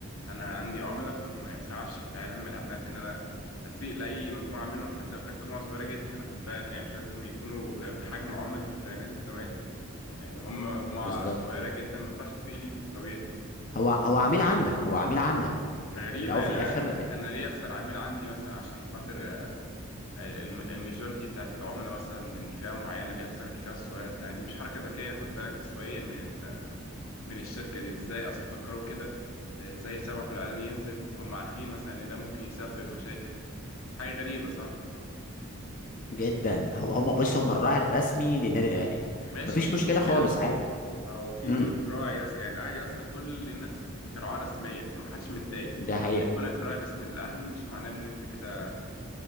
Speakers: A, on the left (about 85°); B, on the left (about 40°).
A: انا عندي عملاء فما ينفعش في اعلان من الاعلانات ان انا اسيء لاي مجموعه منهم حتى لو كانت مجموعه صغيره جدا خد بالك يعني مش لازم يكونوا ب- بحجم عملاء نادي الزمالك يعني لو هم مجموعه
B: بالظبط
A: صغيره جدا ما ينفعش اسيء ليهم ده طبيعي
B: هو هو عميل عندك هو عميل عندك
A: غريبة
B: في الاول
A: يعني
B: وفي الاخر
A: أنا أنا ليه أخسر عميل عندي مثلا عشان خاطر الميجورتي بتاعت العملاء مثلا من فئة معينة ليه أخسر الفئة الصغيرة التانية دي مش حركة ذكية خد بالك تسويقيا من من الشركة دي ازاي اصلا فكروا كده ازاي سمحوا الاعلان ينزل هم عارفين مثلا ان ده ممكن يسبب مشاكل حاجة غريبة صح
B: جدا هو هم بص هم الراعي الرسمي للنادي الاهلي
A: ماشي
B: مفيش
A: مفيش
B: مشكله
A: مشكلة
B: خالص عادي
A: ما هو في
B: امم
A: 100 راعي رسمي يعني الاهلي اصلا كل الناس بترعاه رسميا فمحدش متضايق
B: ده حقيقه
A: يعني كونك الراعي الرسمي للاهلي مش معناه ان انت كده